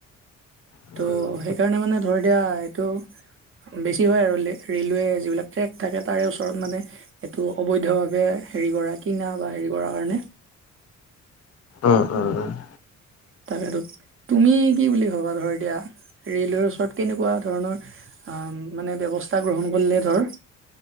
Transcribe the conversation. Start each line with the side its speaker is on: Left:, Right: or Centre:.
Left: উম
Right: ত' সেইকাৰণে মানে ধৰ দিয়া এইটো <unintelligible> বেছি হয় আৰু লে-ৰে'লৱে যিবিলাক ট্ৰেক থাকে তাৰে ওচৰত মানে <inaudible> এইটো অবৈধভাৱে হেৰি কৰা, কিনা বা হেৰি কৰা কাৰণে। <inaudible>
Left: অঁ-অঁ-অঁ। <inaudible>
Right: তাকেতো। তুমি কি বুলি ভাবা ধৰ এতিয়া ৰেলৱেৰ ওচৰত কেনেকুৱা ধৰণৰ <unintelligible> আহ <unintelligible> মানে ব্যৱস্থা গ্ৰহণ কৰিলে ধৰ